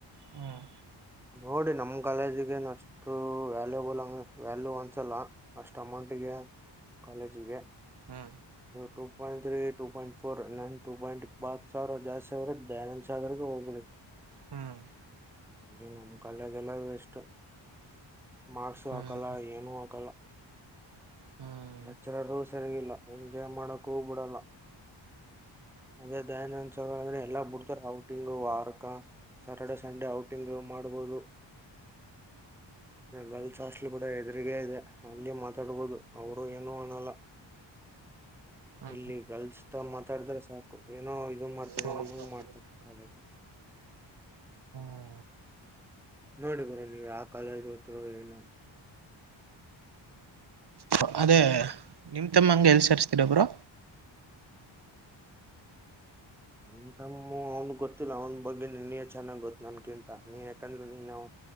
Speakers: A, on the right; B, in the centre.
A: ಹ್ಮ್
B: ನೋಡಿ ನಮ ಕಾಲೇಜಗೇನು ಅಷ್ಟ ಅು ವ್ಯಾಲ್ಯೂಬಲ್ ಅಂಗ ವ್ಯಾಲ್ಯೂ ಒಂದ್ಸಲ್ಲ ಅಷ್ಟು ಅಮೌಂಟಿಗೆ ಕಾಲೇಜಿಗೆ
A: ಹ್ಮ
B: two point three two point four ನನ್ ಟು ಪಾಯಿಂಟ್ ಪ ಸಾವಿರ ಜಾಸ್ತಿ ಸಾವರ ದನಂದ್ ಸಾಗರ್ ಹೋಗಬ್ರಿ
A: ಹ್ಮ್
B: ಇಲ್ಲಿ ನಮ್ ಕಾಲಯದೆಲ್ಲ ವೇಸ್ಟ್ ಮಾರ್ಕ್ಸು
A: ಹ್ಮ್ ಹ್ಮ್
B: ಹಾಕಲ್ಲ ಏನೂ ಹಾಕಲ್ಲ
A: ಹ್ಮ್
B: ಲೆಕ್ಚರರ್ ಸರಿಗಿಲ್ಲ ಎಂಜಾಯ್ ಮಾಡಕ್ಕೂ ಬಿಡಲ್ಲ ಅದೇ ದಯಾನಂದ್ ಸ ಅಂದ್ರೆ ಎಲ್ಲ ಬಿಡ್ತಾರೆ ಔಟಿಂಗ್ ವಾರಕ ಸ್ಯಾಟರ್ಡೆ ಸಂಡೇ ಔಟಿಂಗ್ ಮಾಡಬಹುದು ಗರ್ಲ್ಸ್ ಹಾಸ್ಟ್ಲ್ ಕೂಡ ಎದುರಿಗ ಇದೆ ಅಲ್ಲಿ ಮ ಮಾತಾಡ್ಬೋದು ಅವರು ಏನು ಅನಲ್ಲ
A: ಹ್ಮ್
B: ಇಲ್ಲಿ ಗರ್ಲ್ಸ್ ತ ಮಾತಾಡಿದ್ರ ಏನೋ ಇದ ಮಾಡ್ತೀರ
A: ಹ್ಮ್
B: ನಮಂಗ ಮಾಡ್ತಾರೆ ಕಾಗ
A: ಹ್ಮ್
B: ನೋಡಿ ಬರ ನೀವ್ ಯಾವ ಕಾಲೇಜ್ ಹೋತ್ರರು ಏನ
A: ಹ್ಮ ಅದೇ ನಿಮ ತಮ್ಮಂಗಗೆ ಎಲ್ ಸರ್ಸ್ತಿರ ಬ್ರೋ
B: ಆ ಎಂತಮ್ಮ ಅವ್ನ್ ಗೊತ್ತಿಲ್ಲ ಅವನ ಬಗ್ಗೆ ನಿ ನೀ ಚೆನ್ನಾಗ್ ಗೊತ್ತ ನನ್ಕಿಂತ ನೀ ಯಾಕಂದ್ರೆ ನೀ ನವು